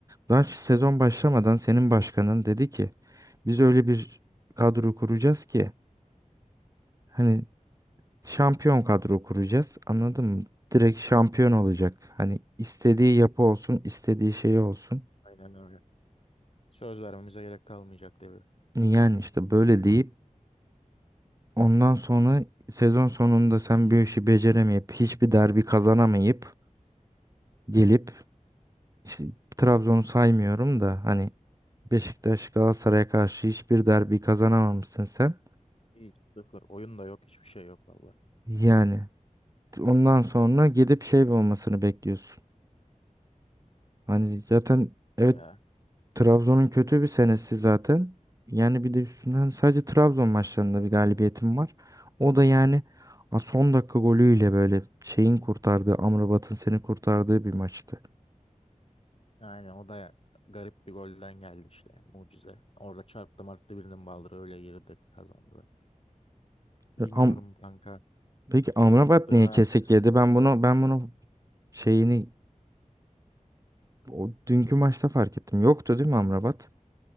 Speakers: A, on the right; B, on the left.
A: Daha sezon başlamadan senin başkanın dedi ki biz öyle bir kadro kuracağız ki hani şampiyon kadro kuracağız anladın mı? Direkt şampiyon olacak. Hani istediği yapı olsun, istediği şey olsun.
B: Aynen öyle. Söz vermemize gerek kalmayacak tabii.
A: Yani işte böyle deyip ondan sonra sezon sonunda sen bir işi beceremeyip hiçbir derbi kazanamayıp gelip işte Trabzon'u saymıyorum da hani Beşiktaş Galatasaray'a karşı hiçbir derbi kazanamamışsın sen.
B: Hiç sıfır. Oyun da yok. Hiçbir şey yok valla.
A: Yani Ondan sonra gidip şey olmasını bekliyorsun. Hani zaten evet
B: Ya.
A: Trabzon'un kötü bir senesi zaten. Yani bir de üstünden sadece Trabzon maçlarında bir galibiyetim var. O da yani a- son dakika golüyle böyle şeyin kurtardığı Amrabat'ın seni kurtardığı bir maçtı.
B: Yani o da garip bir golden geldi işte. Mucize. Orada çarptı marttı birinin baldırı öyle girdi kazandı. Bilmiyorum
A: E, Am
B: kanka.
A: Peki
B: Burak
A: Amrabat
B: attı
A: niye
B: verdi
A: kesik yedi?
B: işte.
A: Ben bunu ben bunu şeyini o dünkü maçta fark ettim. Yoktu değil mi Amrabat?